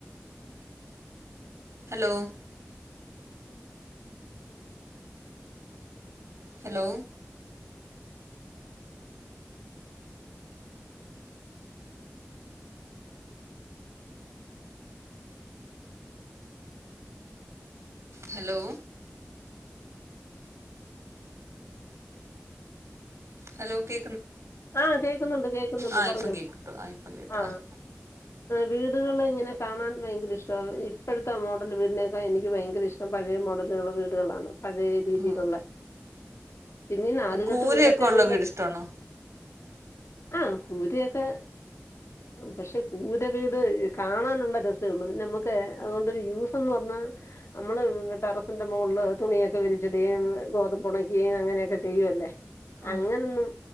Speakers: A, on the right; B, on the left.
A: hello hello hello hello കേ
B: ആ കേൾക്കുന്നുണ്ട് കേക്കുന്നുണ്ട്
A: ആഹ്
B: പറഞ്ഞോ
A: ഇപ്പം കേട്ടു. ആഹ് ഇപ്പം കേട്ടു.
B: ആ
A: ആഹ്.
B: വീടുകള് ഇങ്ങനെ കാണാൻ ഭയങ്കര ഇഷ്ടമാണ് ഇപ്പോഴത്തെ മോഡല് വീടിനേക്കാളി എനിക്ക് ഭയങ്കര ഇഷ്ടം പഴയ മോഡലുകൾ വീടുകളാണ് പഴയ രീതിയിലുള്ള
A: ഓഹ്.
B: പിന്നീ നാലുകെട്ട്
A: കൂരയൊക്കെ
B: വീടൊക്കെ ആണെക്കില്
A: ഉള്ള വീട് ഇഷ്ടാണോ?
B: ആ കൂരയൊക്കെ പക്ഷെ കൂര വീട് കാണാനുള്ള രസവേള്ളു പിന്നെ നമ്മുക്ക് അതുകൊണ്ടൊരു യൂസ്ന്ന് പറഞ്ഞാൽ നമ്മള് ടെറസിന്റെ മോളില് തുണിയൊക്കെ വിരിച്ചിടുകയും ഗോതമ്പ് ണയ്ക്കുകയും അങ്ങനെയൊക്കെ ചെയ്യുവല്ലേ
A: ആ
B: അങ്ങനൊന്നും